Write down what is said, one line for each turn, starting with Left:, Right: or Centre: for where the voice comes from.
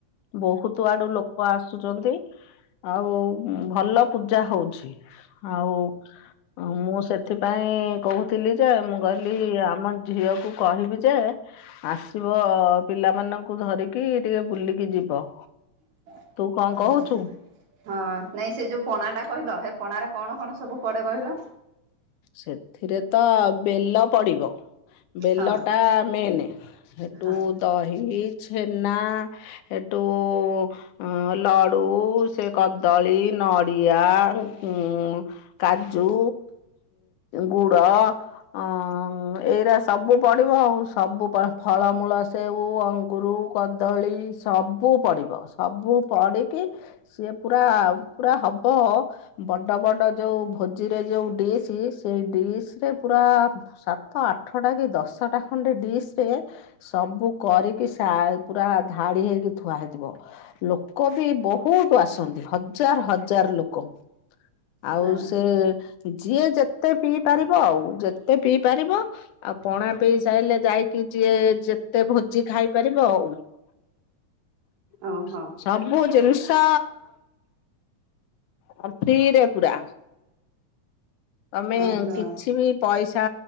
Left: ବହୁତୁ ଆଡୁ ଲୋ କ ଆସୁଚନ୍ତି ଆଉ ଭଲ ପୂଜା ହଉଛି। ଆଉ ମୁଁ ସେଥିପାଇଁ କହୁ ଥିଲି ଯେ ମୁଁ କହିଲି ଆମ ଝିଅକୁ କହିବି ଯେ ଆସିବ ପିଲାମାନଙ୍କୁ ଧରିକି ଟିକେ ବୁଲିକି ଯିବ।
Right: <inaudible>
Left: ତୁ କଣ କହୁଛୁ?
Right: ହଁ ନାଇଁ ସେ ଯୋଉ ପଣା ଟା କହିଲ ସେ ପଣାରେ କଣ କଣ ସବୁ ପଡେ କହିଲ।
Left: ସେଥିରେ ତ ବେଲ ପଡିବ। ବେଲ
Right: ହଁ
Left: ଟା ମେନ୍ ସେଠୁ
Right: ହଁ
Left: ଦହି ଛେନା। ଏଟୁ ଅ ଲଡୁ ସେ କଦଳୀ ନଡିଆ ଉ କାଜୁ ଗୁଡ। ଅ ଏଇରା ସବୁ ପଡିବ ଆଉ ସବୁ ଫଳମୂଳ ସେଉ ଅଙ୍ଗୁରୁ କଦଳୀ ସବୁ ପଡିବ ସବୁ ପଡିକି ସିଏ ପୁରା ପୁରା ହବ ବଡ ବଡ ଯୋଉ ଭୋଜିରେ ଯୋଉ ଡିସ୍ ସେଇ ଡିସ୍ ରେ ପୁରା ସାତ ଆଠଟା କି ଦଶଟା ଖଣ୍ଡେ ଡିସ୍ ରେ ସବୁ କରିକି ସା ପୁରା ଧାଡି ହେଇକି ଥୁଆ ହେଇଥିବ। ଲୋକ ବି ବହୁତ ଆସନ୍ତି ହଜାର ହଜାର ଲୋକ। ଆଉ
Right: ହଁ
Left: ସେ ଯିଏ ଯେତେ ପିଇ ପାରିବ ଆଉ ଯେତେ ପିଇ ପାରିବ। ଆଉ ପଣା ପିଇ ସାରିଲେ ଯାଇକି ଯିଏ ଯେତେ ଭୋଜି ଖାଇପାରିବ ଆଉ। <inaudible>
Right: ଓହୋ
Left: ସବୁ ଜିନିଷ ଫ୍ରିରେ ପୁରା। ଆମେ
Right: ଓହୋ
Left: କିଛି ବି ପଇସା